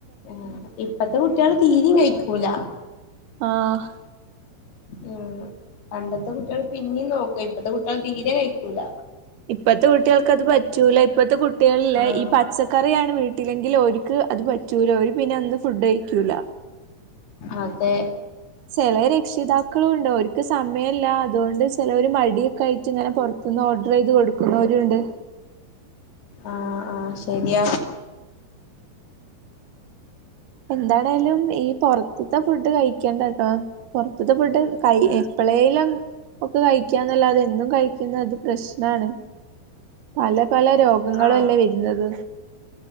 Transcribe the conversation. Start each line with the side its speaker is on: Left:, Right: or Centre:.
Left: ആ ഇപ്പത്തെ കുട്ട്യള് തീരിം കഴി ക്കൂല
Right: ആഹ്
Left: ഉം പണ്ടത്തെ കുട്ട്യള് പിന്നിം നോക്കുയ് ഇപ്പത്തെ കുട്ട്യള് തീരെ കഴിക്കൂല
Right: ഇപ്പത്തെ കുട്ട്യാൾക്കത് പറ്റൂല ഇപ്പത്തെ കു കുട്ട്യള്ലെ
Left: ആഹ്
Right: ഈ പച്ചക്കറിയാണ് വീട്ടിലെങ്കിൽ ഓൽക്ക് അത് പ പറ്റൂല ഓര് പിന്നെ അന്ന് ഫുഡ് കഴിക്കൂല
Left: അതെ
Right: ചെലേ രക്ഷിതാക്കളും ഉണ്ട് ഓര്ക്ക് സമയല്ലാ അതുകൊണ്ട് ചെലര് മടിയൊക്കെ ആയിറ്റ്ങ്ങനെ പൊർത്ത്ന്ന് ഓർ ഡ്രയ്ത് കൊടുക്കുന്നോരുണ്ട്
Left: ആ ആ ശരിയാ
Right: എന്താണേലും ഈ പൊറ്ത്ത്ത്തെ ഫുഡ് കഴിക്കണ്ടാട്ടോ പൊറ്ത്ത്ത്തെ ഫുഡ് കൈ എപ്പളേലും ഒക്കെ കഴിക്കാന്നല്ലാതെ എന്നും കഴി കഴിക്കുന്നത് പ്രശ്നാണ് പല പല രോഗങ്ങളല്ലേ
Left: ആഹ്
Right: വരുന്നത്